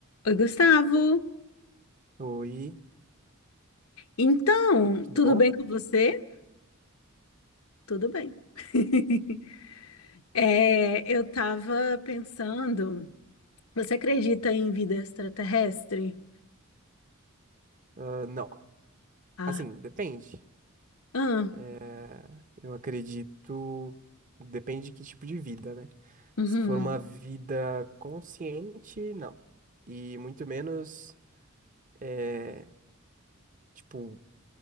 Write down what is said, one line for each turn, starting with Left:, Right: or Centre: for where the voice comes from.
Left: Oi, Gustavo.
Right: Oi,
Left: Então,
Right: tudo
Left: tudo
Right: bom?
Left: bem com você? Tudo bem. <laughs> É, eu tava pensando, você acredita em vida extraterrestre?
Right: Ah, não,
Left: Ah,
Right: assim, depende.
Left: ah,
Right: É, eu acredito, depende de que tipo de vida, né?
Left: uhum.
Right: Se for uma vida consciente, não. E muito menos, é, tipo,